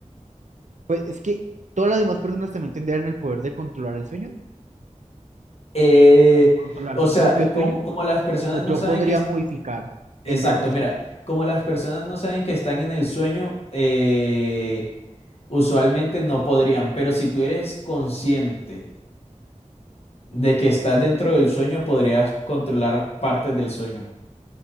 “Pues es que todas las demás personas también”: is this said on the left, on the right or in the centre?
Right